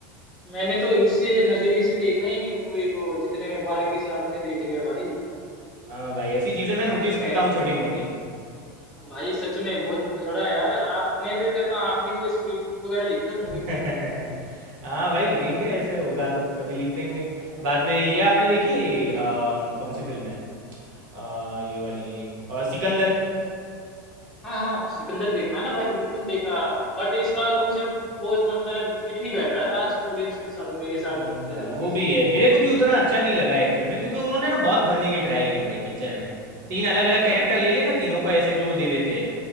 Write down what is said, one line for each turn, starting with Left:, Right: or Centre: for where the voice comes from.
Centre: मैंने तो इससे नजरिए से देखा ही नहीं मूवी को जितने बारीकी से आपने देख लिया भाई
Right: हाँ भाई ऐसी चीजें मैं नोटिस
Centre: सच
Right: करता
Centre: में
Right: हूँ छोटी मोटी
Centre: भाई सच में बहुत तगड़ा है यार आप मैं तो ये कहता हूँ आप भी कोई स्क्रिप्ट वगैरह लिख लो मूवी
Right: <laughs>
Centre: की
Right: हाँ भाई लिखेंगे ऐसे होगा तो कभी लिख देंगे
Centre: हाँ
Right: बाद में ये आपने देखी है ये अम, कौन सी फिल्म है अ, ये वाली अ, सिकंदर
Centre: हाँ हाँ सिकंदर देखा ना भाई बिल्कुल देखा बट इसका कॉन्सेप्ट बहुत मतलब फिट नहीं बैठ रहा था आज के ऑडियंस के हिसाब से मेरे हिसाब
Right: हाँ
Centre: से तो मुझे
Right: भाई
Centre: लगा
Right: वो
Centre: नहीं सही
Right: भी है मेरे को भी उतना अच्छा नहीं लगा एक्चुअल में क्योंकि उन्होंने ना बहुत भरने की ट्राई की भाई पिक्चर में तीन अलग अलग
Centre: हाँ
Right: कैरेक्टर ले लिए ना तीनों को ऐसे जो वो दे देते